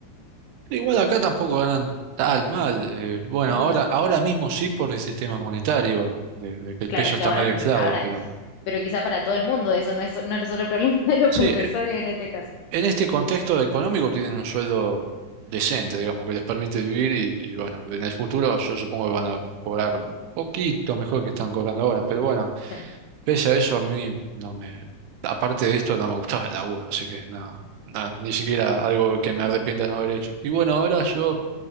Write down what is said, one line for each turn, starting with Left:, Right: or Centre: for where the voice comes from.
Right: Igual acá tampoco ganan tan mal. eh, bueno,
Left: Ujú.
Right: ahora, ahora mismo sí por el sistema monetario, de, de que el
Left: Claro,
Right: peso
Left: es que
Right: está
Left: ahora,
Right: medio inflado,
Left: ahora,
Right: pero
Left: pero quizá para todo el mundo, eso no es, no es solo problema <laughs> de los
Right: sí,
Left: profesores en este caso.
Right: en este contexto económico tienen un sueldo decente, digamos, que les permite vivir y, y bueno, en el futuro yo supongo que van a cobrar poquito mejor que están cobrando ahora, pero bueno,
Left: Sí. <laughs>
Right: pese a eso a mí no me, aparte de esto no me gustaba el laburo, así que nada, nada, ni siquiera algo que me arrepienta de no haber hecho. Y bueno, ahora yo